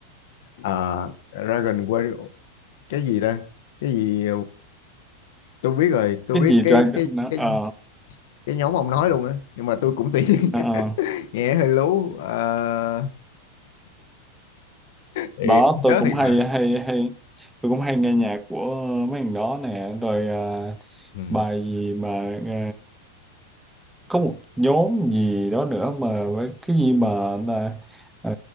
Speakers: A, on the left; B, in the centre.
A: ờ, Dragon Warrior cái gì ta cái gì tôi biết rồi tôi
B: cái
A: biết
B: gì
A: cái
B: ra
A: cái
B: nó
A: cái
B: ờ
A: cái nhóm ông nói luôn á nhưng mà tôi cũng tiếc <laughs>
B: ờ, ờ.
A: nghe hơi lú ờ, thì
B: đó
A: không
B: tôi
A: nhớ
B: cũng
A: thiệt mà
B: hay hay hay tôi cũng hay nghe nhạc của mấy thằng đó nè rồi ờ,
A: ừ,
B: bài gì mà ờ, có một nhóm gì đó nữa mà cái gì mà là ờ,